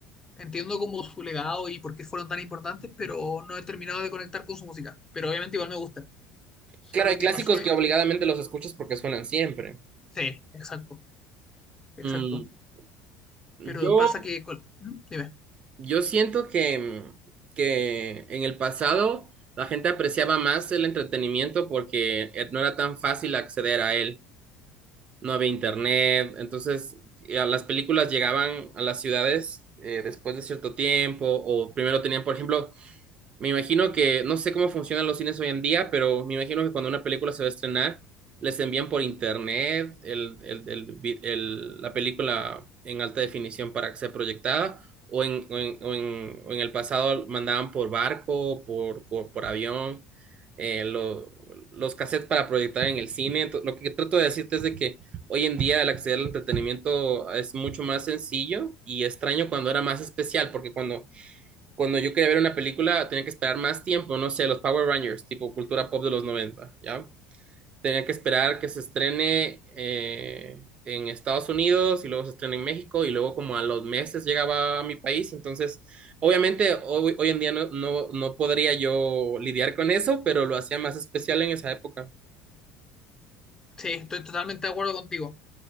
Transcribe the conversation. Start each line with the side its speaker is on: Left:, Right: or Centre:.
Left: Entiendo como su legado y por qué fueron tan importantes, pero no he terminado de conectar con su música. Pero obviamente igual me gusta. Solo
Right: Claro, hay
Left: que
Right: clásicos
Left: no soy.
Right: que obligadamente los escuchas porque suenan siempre.
Left: Sí, exacto, exacto.
Right: Mm, yo,
Left: Pero pasa que. col- ¿Mm? Dime.
Right: yo siento que, mm, que en el pasado la gente apreciaba más el entretenimiento porque eh, no era tan fácil acceder a él. no había internet, entonces eh, las películas llegaban a las ciudades eh, después de cierto tiempo, o primero tenían, por ejemplo, me imagino que, no sé cómo funcionan los cines hoy en día, pero me imagino que cuando una película se va a estrenar, les envían por internet el, el, el vi- el- la película en alta definición para que sea proyectada, o en, o en, o en, o en el pasado mandaban por barco, por, por, por avión, eh, lo- los cassettes para proyectar en el cine. Ento- lo que trato de decirte es de que hoy en día el acceder al entretenimiento es mucho más sencillo y extraño cuando era más especial, porque cuando cuando yo quería ver una película tenía que esperar más tiempo, no sé, los Power Rangers, tipo cultura pop de los noventa ¿ya? Tenía que esperar que se estrene eh, en Estados Unidos y luego se estrena en México y luego como a los meses llegaba a mi país, entonces obviamente hoy, hoy en día no, no, no podría yo lidiar con eso, pero lo hacía más especial en esa época.
Left: Sí, estoy totalmente de acuerdo contigo.